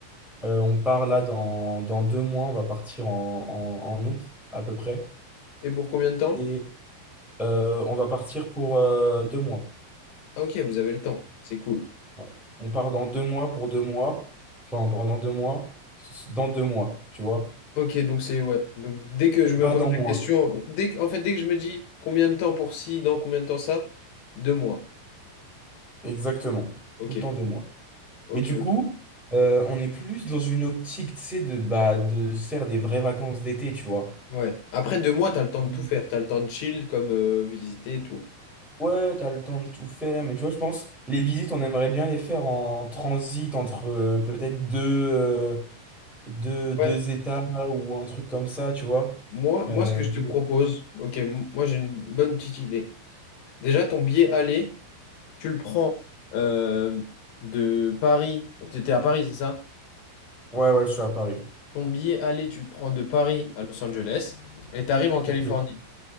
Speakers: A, in the centre; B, on the left (about 70°).
A: Euh, on part là dans, dans deux mois. On va partir en, en, en août à peu près.
B: Et pour combien de temps?
A: Et euh, on va partir pour euh, deux mois.
B: Ah, ok, vous avez le temps, c'est cool.
A: Ouais. On part dans deux mois pour deux mois. Enfin, pendant deux mois, dans deux mois, tu vois.
B: Ok, donc c'est ouais. Donc dès que je
A: Et
B: me
A: pas
B: pose
A: dans
B: la
A: mois.
B: question, dès que- en fait dès que je me dis combien de temps pour ci, dans combien de temps ça, deux mois.
A: Exactement.
B: Ok,
A: Tout le temps deux mois.
B: ok,
A: Et du
B: ok.
A: coup, euh, on est plus dans une optique, tu sais, de, bah, de se faire des vraies vacances d'été, tu vois.
B: Ouais. Après deux mois, t'as le temps
A: Mhm.
B: de tout faire, t'as le temps de chill comme euh, visiter et tout.
A: Ouais, t'as le temps de tout faire, mais tu vois, je pense, les visites, on aimerait bien les faire en transit entre euh, peut-être deux, euh, deux, deux
B: Ouais.
A: États ou un truc comme ça, tu vois.
B: Moi, moi,
A: Euh,
B: ce que je te
A: mais-
B: propose, ok, m- moi j'ai une bonne petite idée. Déjà, ton billet aller, tu le prends euh, de Paris. T'étais à Paris, c'est ça?
A: ouais, ouais, je suis à Paris.
B: Ton billet aller, tu le prends de Paris à Los Angeles et t'arrives en Californie.
A: Ok,